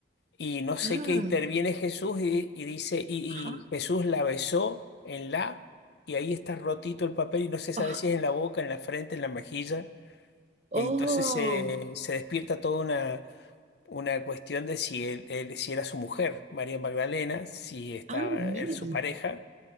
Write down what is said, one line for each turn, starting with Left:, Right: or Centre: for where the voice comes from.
Left: Y no sé
Right: Ah,
Left: qué interviene Jesús y, y dice, y,
Right: ajá.
Left: y Jesús la besó en la, y ahí está rotito el papel y no se sabe
Right: Ah,
Left: si es en la boca, en la frente, en la mejilla.
Right: oh,
Left: Entonces se, se despierta toda una una cuestión de si él, él- si era su mujer, María Magdalena, si estaba
Right: ah, miren.
Left: él su pareja.